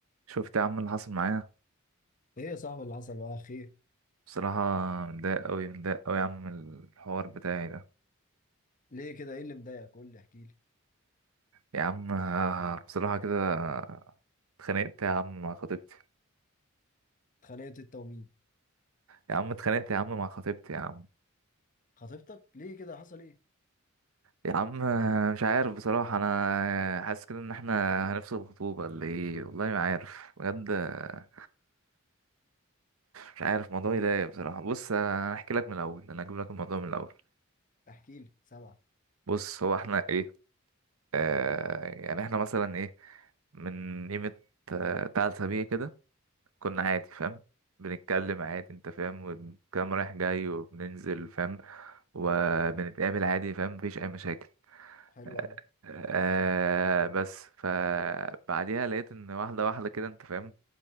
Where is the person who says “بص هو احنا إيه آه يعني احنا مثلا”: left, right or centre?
Right